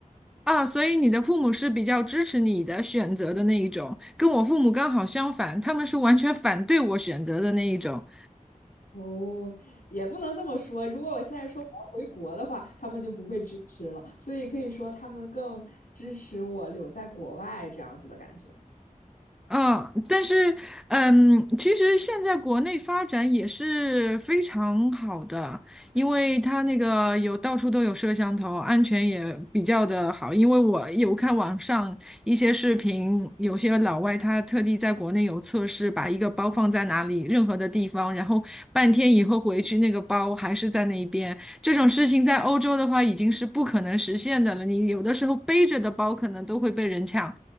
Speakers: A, in the centre; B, on the left.
A: 啊，所以你的父母是比较支持你的选择的那一种，跟我父母刚好相反，他们是完全反对我选择的那一种。
B: 哦，也不能这么说。如果我现在说我要回国的话，他们就不会支持了。所以可以说他们更支持我留在国外这样子的感觉。
A: 嗯，但是，嗯，其实现在国内发展也是非常好的，因为它那个有到处都有摄像头，安全也比较的好。因为我有看网上一些视频，有些老外他特地在国内有测试，把一个包放在哪里，任何的地方，然后半天以后回去，那个包还是在那一边。这种事情在欧洲的话已经是不可能实现的了。你有的时候背着的包可能都会被人抢，